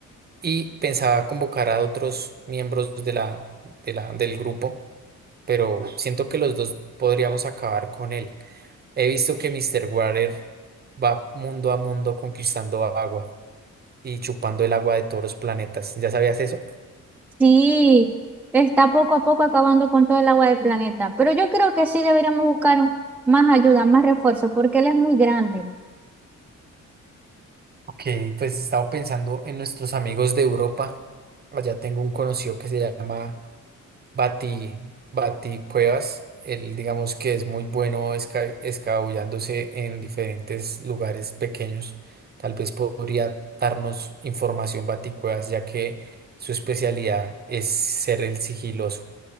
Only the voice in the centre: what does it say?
Sí, está poco a poco acabando con todo el agua del planeta, pero yo creo que sí deberíamos buscar más ayuda, más refuerzo, porque él es muy grande.